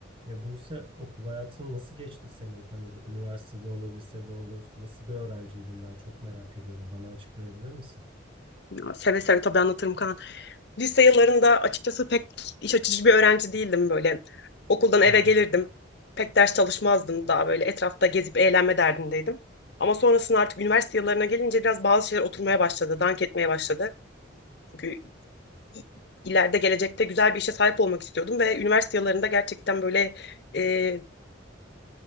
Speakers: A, on the right; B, on the left.
A: Ya Buse okul hayatın nasıl geçti senin? Hani bu üniversitede olur, lisede olur. Nasıl bir öğrenciydin? Ben çok merak ediyorum. Bana açıklayabilir misin?
B: Ya, seve seve tabii anlatırım Kaan. Lise yıllarında açıkçası pek iş açıcı bir öğrenci değildim böyle. Okuldan eve
A: Hı hı.
B: gelirdim. Pek ders çalışmazdım. Daha böyle etrafta gezip eğlenme derdindeydim. Ama sonrasında artık üniversite yıllarına gelince biraz bazı şeyler oturmaya başladı. Dank etmeye başladı. Çünkü i- ileride gelecekte güzel bir işe sahip olmak istiyordum. Ve üniversite yıllarında gerçekten böyle e,